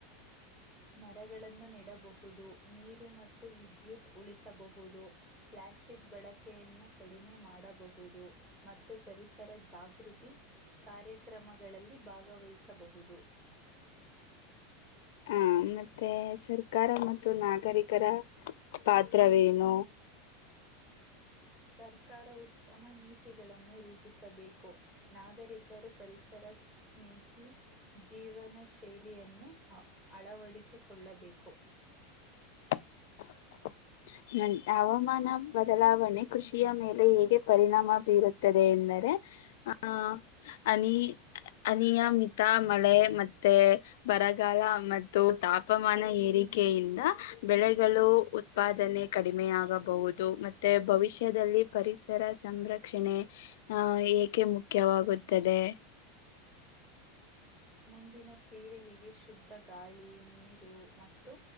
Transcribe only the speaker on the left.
ಹ ಮತ್ತೆ ಸರ್ಕಾರ ಮತ್ತು ನಾಗರಿಕರ ಪಾತ್ರ ವೇನು
<inaudible> ಮ ಹವಾಮಾನ ಬದಲಾವಣೆ ಕೃಷಿಯ ಮೇಲೆ ಹೇಗೆ ಪರಿಣಾಮ ಬೀರುತ್ತದೆ ಎಂದ ಆ ಅನಿ ಅನಿಯಮಿತ ಮಳೆ ಮತ್ತೆ ಬರಗಾಲ ಮತ್ತು ತಾಪಮಾನ ಏರಿಕೆಯಿಂದ ಬೆಳೆಗಳು ಉತ್ಪಾದನೆ ಕಡಿಮೆಯಾಗಬಹುದು ಮತ್ತೆ ಭವಿಷ್ಯದಲ್ಲಿ ಪರಿಸರ ಸಂರಕ್ಷಣೆ ಹ ಏಕೆ ಮುಖ್ಯವಾಗುತ್ತದೆ